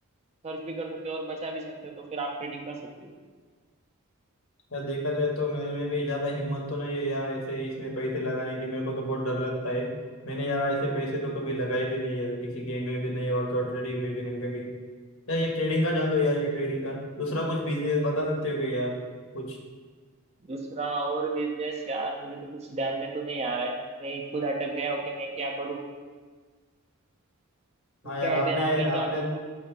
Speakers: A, on the right (about 30°); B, on the left (about 65°).
A: खर्च भी कर सकते हो और बचा भी सकते हो तो फिर आप ट्रेडिंग कर सकते हो
B: यार देखा जाए तो मेरे में भी ज्यादा हिम्मत तो नहीं है यार ऐसे ही इसमें पैसे लगाने की मेरे को तो बहुत डर लगता है मैंने यार ऐसे पैसे तो कभी लगाए भी नहीं है किसी गेम में भी नहीं और तो ट्रेडिंग में भी नहीं कभी यार ये ट्रेडिंग का जान दो यार ये ट्रेडिंग का दूसरा कुछ बिजनेस बता सकते हो क्या यार कुछ
A: दूसरा और बिजनेस यार मुझे तो कुछ ध्यान में तो नहीं आ रहा है मैं खुद अटक गया हूँ कि मैं क्या करूँ
B: हाँ
A: तो क्या
B: यार आपने
A: है मेरा अभी
B: आपने
A: क्या घर की